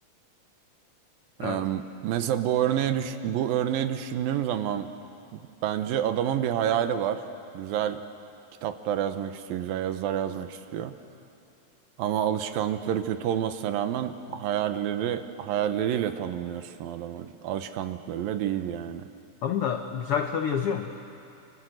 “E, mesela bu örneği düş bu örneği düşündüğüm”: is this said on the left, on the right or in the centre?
Right